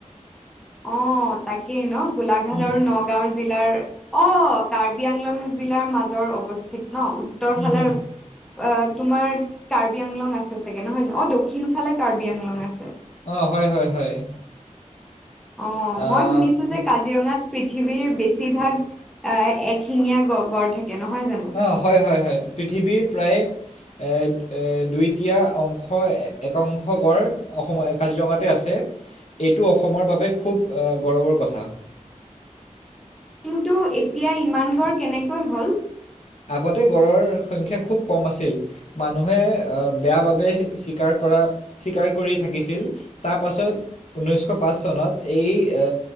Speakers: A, in the centre; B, on the left.
A: অ' তাকেই ন গোলাঘাট
B: উম,
A: আৰু নগাঁও জিলাৰ অ' কাৰ্বি আংলং জিলাৰ মাজৰ অৱস্থিত। ন' উত্তৰ
B: উম,
A: ফালে
B: হুম।
A: অ' তোমাৰ কাৰ্বি আংলং আছে চাগে নহয়, অ দক্ষিণ ফালে কাৰ্বি আংলং আছে।
B: অ হয় হয় হয়।
A: অ'
B: আহ
A: মই শুনিছো যে কাজিৰঙাত পৃথিৱীৰ বেছিভাগ এক শিঙীয়া গ গড় থাকে। নহয় জানো
B: অ হয় হয় হয়। পৃথিৱীৰ প্ৰায় এ এ দুইটীয়া অংশ একা অংশ গড় অসমৰ কাজিৰঙাতে আছে, এইটো অসমৰ বাবে খুব গৌৰৱৰ কথা। <inaudible>
A: টো' এতিয়া ইমান গড় কেনেকৈ হ'ল?
B: আগতে গড়ৰ সংখ্য খুব কম আছিল, মানুহে বেয়া বাবে চীকাৰ কৰা স্বীকাৰ কৰি থাকিছিল, তাৰপাছত ঊনৈছশ পাঁচ চনত এই আ